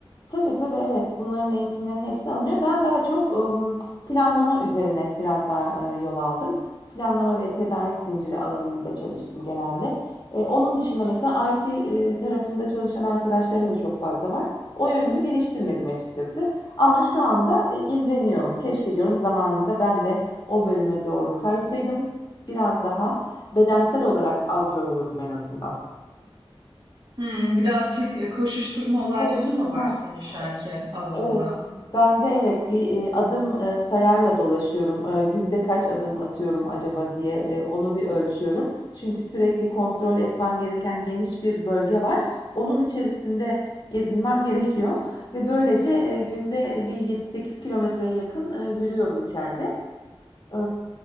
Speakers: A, on the left; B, on the right.
A: Tabii, tabii, evet. Bunların eğitimlerinin hepsi alınıyor. Ben daha çok, ımm, planlama üzerine biraz daha, eee, yol aldım. Planlama ve tedarik zinciri alanında çalıştım genelde. Eee, onun dışında mesela IT, eee, tarafında çalışan arkadaşlarım da çok fazla var. O yönümü geliştirmedim açıkçası ama şu anda, eee, imreniyorum. Keşke diyorum zamanında ben de o bölüme doğru kaysaydım. Biraz daha bedensel olarak az yorulurdum en azından.
B: Hmm, birazcık e, koşuşturma olayları
A: Koşuşturma.
B: mı var senin şu anki alanında?
A: Evet, ben de evet bir e, adım e, sayarla dolaşıyorum. E, günde kaç adım atıyorum acaba diye e, onu bir ölçüyorum. Çünkü sürekli kontrol etmem gereken geniş bir bölge var. Onun içerisinde gezinmem <laughs> gerekiyor ve böylece e, günde bir 7-8 kilometreye yakın e, yürüyorum içeride. E,